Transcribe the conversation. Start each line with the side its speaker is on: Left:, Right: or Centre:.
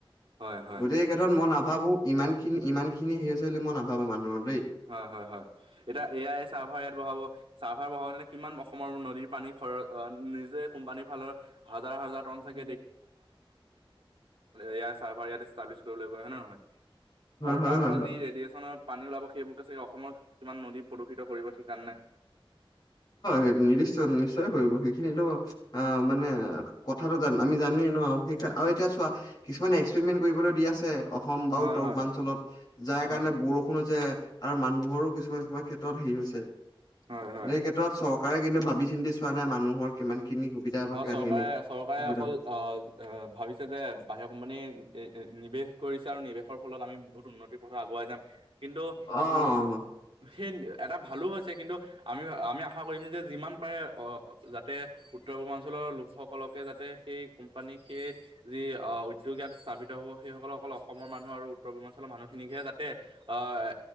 Right: হয় হয়।
Left: গতিকে এই কেথত মই নাভাবো ইমান খিনি ইমান খিনি হে হৈছে মই নাভাবোঁ নাভাবোঁ ইমানো
Right: হয়-হয়-হয় এতিয়া এয়া এই চাৰ্ভাৰ ইয়াত বহাব চাৰ্ভাৰ বহাবে কিমান অসমৰ নদীৰ পানীৰ খৰচ নিজে কোম্পানীৰ ফালৰ হাজাৰ-হাজাৰ টন চগে
Left: <inaudible> হয়
Right: এয়া চাৰ্ভাৰ ইয়াত ষ্টাব্লিছ কৰিবলৈ গৈ হয় নে নহয় আৰু
Left: হয়
Right: তাৰ
Left: হয়
Right: পৰা
Left: হয়
Right: যি ৰেডিয়েচনৰ পানী ওলাব সেইবোৰকে চাগে অসমৰ কিমান নদী প্ৰদূষিত কৰিব ঠিকান নাই
Left: সেই নিৰ্দিষ্ট নিশ্চয় কৰিব সেইখিনো অ মানে কথাটো আমি জানোৱে নো সেই আৰু এতিয়া চোৱা কিছুমানে এক্সপেৰিমেন্ট কৰিবলৈ দি আছে অসম বা
Right: হয়
Left: উত্তৰ
Right: হয়
Left: পূৰ্বাঞ্চলত যাৰ কাৰণে
Right: হয়
Left: বৰষুণ হৈছে। আৰু মানুহৰো কিছুমান-কিছুমান ক্ষেত্ৰত হেৰি হৈছে
Right: হয় হয় হয়
Left: এই ক্ষেত্ৰত চৰকাৰে কিন্তু ভাবি চিন্তি চোৱা নাই মানুহৰ কিমান খিনি সুবিধা হব কিমান
Right: চৰকাৰে
Left: খিনি
Right: চৰকাৰে
Left: অসুবিধা
Right: অকল
Left: হ'ব।
Right: আহ ভাবিছে যে বাহিৰৰ কোম্পানীয়ে নিৱেশ কৰিছে আৰু নিৱেশৰ ফলত আমি বহুত উন্নতিৰ পথ আগুৱাই যাম কিন্তু
Left: অ'।
Right: উ সেই এটা ভালো হৈছে কিন্তু আমি আমি আশা কৰিম যে যিমান পাৰে যাতে উত্তৰ পূৰ্বাঞ্চলৰ লোকসকলকে সেই কোম্পানী সেই যি আহ উদ্যোগ ইয়াত স্থাপিত হব সেই সকল অকল অসমৰ মানুহ আৰু উত্তৰ পূৰ্বাঞ্চলৰ মানুহখিনিকহে যাতে আহ